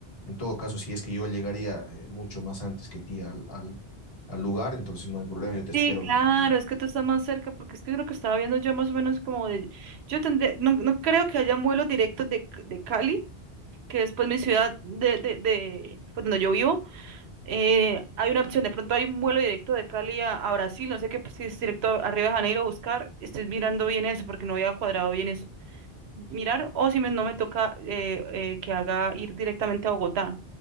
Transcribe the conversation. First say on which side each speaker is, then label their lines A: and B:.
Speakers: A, on the left; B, on the right.
A: en todo caso, si es que yo llegaría eh, mucho más antes que ti al, al, al, lugar, entonces no hay problema, yo te
B: Sí,
A: espero
B: claro,
A: en, en el...
B: es que tú estás más cerca, porque es que lo que estaba viendo yo más o menos como de, yo tendré, no, no creo que hayan vuelos directos de, de Cali, que es pues mi ciudad de, de, de pues, donde yo vivo, eh, hay una opción, de pronto hay un vuelo directo de Cali a, a Brasil, no sé qué, pues, si es directo a, a Río de Janeiro a buscar, estoy mirando bien eso, porque no había cuadrado bien eso, mirar o si me- no me toca eh, eh, que haga ir directamente a Bogotá